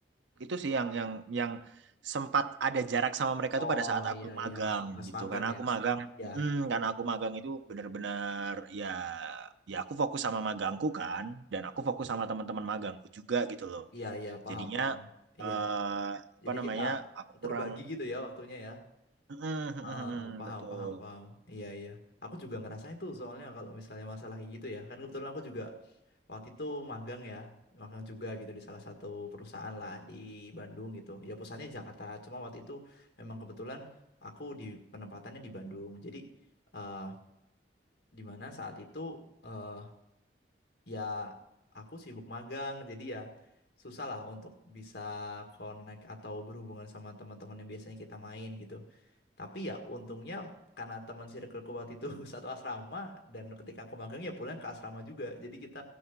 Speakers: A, on the right; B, on the left.
A: itu sih yang yang yang sempat ada jarak sama mereka
B: Oh
A: tuh pada saat aku
B: iya
A: magang
B: iya, pas
A: gitu.
B: magang
A: Karena aku
B: ya.
A: magang,
B: Ya,
A: mm, karena aku magang itu bener-bener ya ya aku fokus sama magangku kan, dan aku fokus sama teman-teman magangku juga gitu loh.
B: iya iya paham
A: Jadinya
B: paham. Iya.
A: eh, apa
B: Jadi
A: namanya?
B: kita
A: Aku kurang,
B: terbagi gitu ya waktunya ya.
A: Mm, mm, mm,
B: Heeh, heeh, paham
A: mm, betul.
B: paham paham. Iya iya. Aku juga ngerasain tuh soalnya kalau misalnya masalah kayak gitu ya. Kan kebetulan aku juga waktu itu magang ya, magang juga gitu di salah satu perusahaan lah di Bandung gitu. Ya pusatnya di Jakarta. Cuma waktu itu memang kebetulan aku di penempatannya di Bandung. Jadi eh di mana saat itu eh, ya aku sibuk magang jadi ya susah lah untuk bisa connect atau berhubungan sama teman-teman yang biasanya kita main gitu tapi ya untungnya karena teman circleku waktu itu <laughs> satu asrama dan ketika aku magang ya pulang ke asrama juga jadi kita